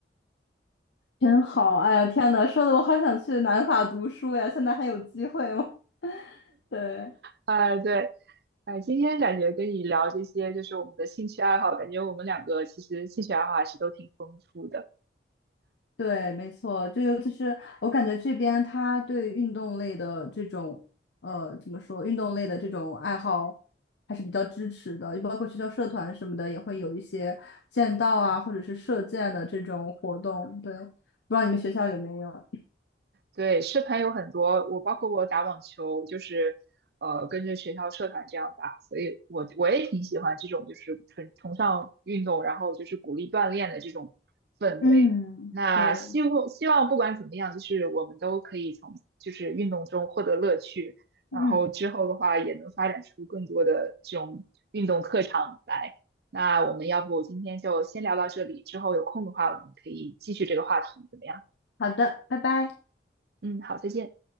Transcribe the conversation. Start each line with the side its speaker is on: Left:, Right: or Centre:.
Left: 真好，哎呀，天呐，说的我好想去南法读书呀，现在还有机会吗？<laughs> 对，
Right: 啊，对，哎、今天感觉跟你聊这些，就是我们的兴趣爱好，感觉我们两个其实兴趣爱好还是都挺丰富的。
Left: 对，没错，就尤其是我感觉这边他对运动类的这种，呃，怎么说，运动类的这种爱好还是比较支持的，就包括学校社团什么的，也会有一些剑道啊，或者是射箭的这种活动。对，不知道你们学校有没有？
Right: 对，社团有很多，我包括我打网球，就是呃跟着学校社团这样打，所以我我也挺喜欢这种就是崇崇尚运动，然后就是鼓励锻炼的这种氛围。
Left: 嗯，
Right: 那希望希望不管怎么样，
Left: 对，
Right: 就是我们都可以从就是运动中获得乐趣，然后之后的话也能发展出更多的这种运动特长来。
Left: 嗯，
Right: 那我们要不今天就先聊到这里，之后有空的话我们可以继续这个话题，怎么样？
Left: 好的，拜拜。
Right: 嗯，好，再见。